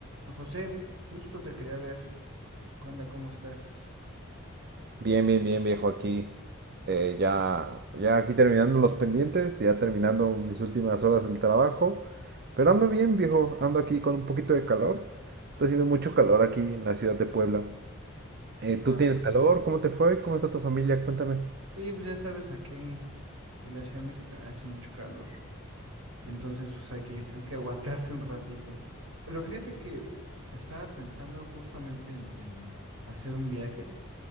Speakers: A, on the right (about 70°); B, on the right (about 45°).
A: José, justo te quería ver. ¿Qué onda? ¿Cómo estás?
B: Bien, bien, bien, viejo, aquí eh, ya, ya aquí terminando los pendientes, ya terminando mis últimas horas del trabajo, pero ando bien, viejo, ando aquí con un poquito de calor, está haciendo mucho calor aquí en la ciudad de Puebla. Eh, ¿tú
A: Ah,
B: tienes calor? ¿Cómo te fue? ¿Cómo está tu familia? Cuéntame.
A: sí, pues ya sabes, aquí en la Ciudad de México también hace mucho calor. Entonces, pues hay que, hay que aguantarse un ratito. Pero fíjate que estaba pensando justamente en, en hacer un viaje,